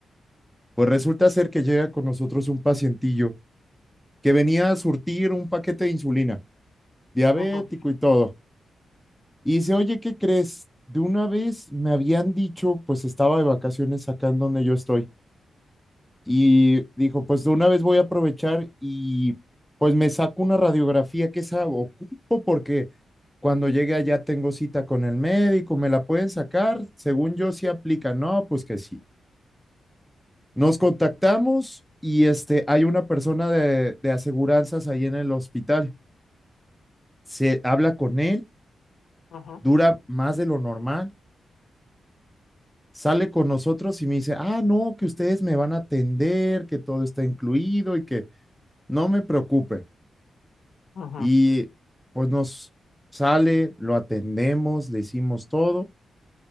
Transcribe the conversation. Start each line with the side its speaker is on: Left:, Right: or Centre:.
Centre: Pues resulta ser que llega con nosotros un pacientillo que venía a surtir un paquete de insulina, diabético
Left: ujú,
Centre: y todo. Y dice, oye, ¿qué crees? De una vez me habían dicho, pues estaba de vacaciones acá en donde yo estoy. Y dijo, pues de una vez voy a aprovechar y pues me saco una radiografía que esa ocupo porque cuando llegue allá tengo cita con el médico, me la pueden sacar, según yo sí aplica, no, pues que sí. Nos contactamos y este, hay una persona de, de aseguranzas ahí en el hospital. Se habla con él,
Left: ujú,
Centre: dura más de lo normal, sale con nosotros y me dice, ah, no, que ustedes me van a atender, que todo está incluido y que no me preocupe.
Left: ujú,
Centre: Y pues nos sale, lo atendemos, le hicimos todo,